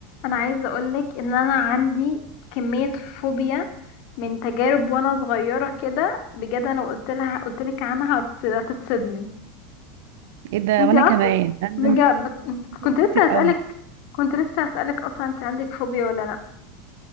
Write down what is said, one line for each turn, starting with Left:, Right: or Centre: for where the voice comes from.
Left: انا عايزه اقولك ان انا عندي كميه فوبيا من تجارب وانا صغيره كده بجد انا لو قلت لها قلت لك عنها هتص- هتتصدمي
Right: ايه ده
Left: انت
Right: وانا
Left: اصلا
Right: كمان انا
Left: بجد
Right: عندي
Left: بت-
Right: فوبيا
Left: كنت لسه
Right: كتير
Left: هسالك
Right: قوي
Left: كنت لسه هسالك اصلا انت عندك فوبيا ولا لا